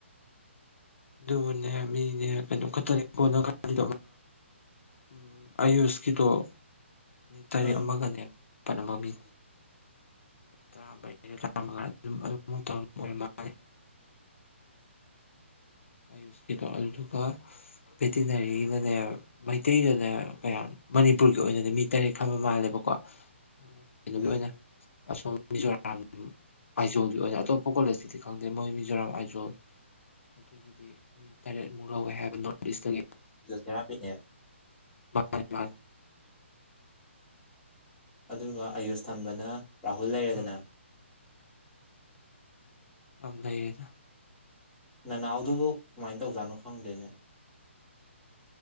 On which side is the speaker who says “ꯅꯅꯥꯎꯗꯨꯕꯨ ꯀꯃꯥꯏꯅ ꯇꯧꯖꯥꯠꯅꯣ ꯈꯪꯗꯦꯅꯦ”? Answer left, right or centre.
Centre